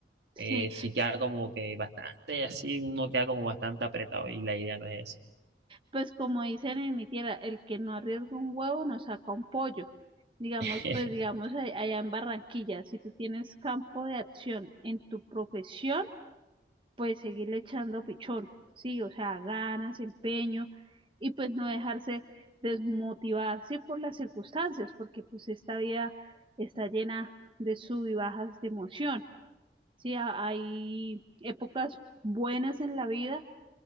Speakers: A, on the right; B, on the right.
A: Sí,
B: Eh, sí queda como que bastante así, uno queda como bastante apretado y la idea no es
A: pues como dicen en mi tierra, el que no arriesga un huevo no saca un pollo. Digamos,
B: esa.
A: pues digamos
B: <laughs>
A: a- allá en Barranquilla, si tú tienes campo de acción en tu profesión, pues seguirle echando pichón, sí, o sea, ganas, empeño y pues no dejarse desmotivarse por las circunstancias, porque pues esta vida está llena de sub y bajas de emoción, sí, A- hay épocas buenas en la vida,